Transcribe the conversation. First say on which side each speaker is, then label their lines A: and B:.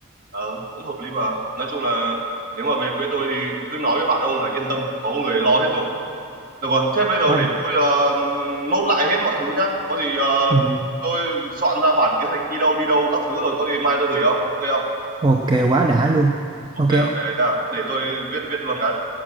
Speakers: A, on the right (about 40°); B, on the right (about 20°).
A: Ờ, cũng hợp lý mà nói chung là nếu mà về quê tôi thì cứ nói với bạn ông là yên tâm có người lo hết rồi được rồi thế bây giờ
B: quá
A: để
B: đã
A: tôi ờ, nốt lại hết mọi thứ nhá có gì ờ,
B: ừ,
A: tôi soạn ra bản kế hoạch đi đâu đi đâu các thứ rồi có gì mai tôi gửi không ok không
B: ok quá đã luôn
A: ok
B: ok
A: ok nha để tôi viết viết luôn cái